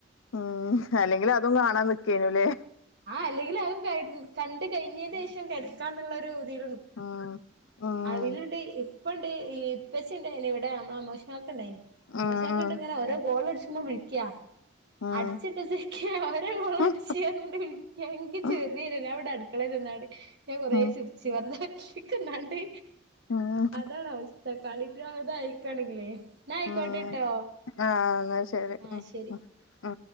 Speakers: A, on the left (about 85°); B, on the right (about 55°).
A: ഉം അല്ലെങ്കിൽ അതും കാണാൻ നിക്കേലല്ലേ
B: ആഹ് അല്ലെങ്കിൽ അതും ക കണ്ട് കഴിഞ്ഞതിന് ശേഷം കിടക്കാന്നുള്ളൊരുതിൽ
A: ഉം ഉം
B: അതിലുണ്ട് ഇപ്പണ്ട് ഇപ്പച്ചിണ്ട് ഇവിടെ നമ്മോ മോക്കണ്ടായിന്
A: ഉം
B: മോശാക്കണ്ട്
A: ഉം
B: ഇങ്ങനെ ഓരോ ഗോളടിച്ച് വിളിക്കാ
A: ഉം
B: അടച്ചിട്ട് നിക്കുവാ ഒരോ ഗോളടിച്ച്
A: ഉം
B: പറഞ്ഞോണ്ട് എനിക്ക്
A: ഉം
B: ചെറിയൊര് ഞാൻ ഇവിടെ അടുക്കളയിൽ നിന്നാണ്ട് ഞാൻ കൊറേ
A: ഉം
B: ചിരിച്ച് വെറുതാക്കിക്കൊണ്ടാണ്ട്
A: ഉം
B: അതാണ് അവസ്ഥ കളിട്ടത് ആയിക്കാണില്ലേ എന്നാ ആയിക്കോട്ടെട്ടോ
A: ഉം ആഹ് എന്നാ ശരി
B: ആഹ്
A: ഉം
B: ശരി
A: ഉം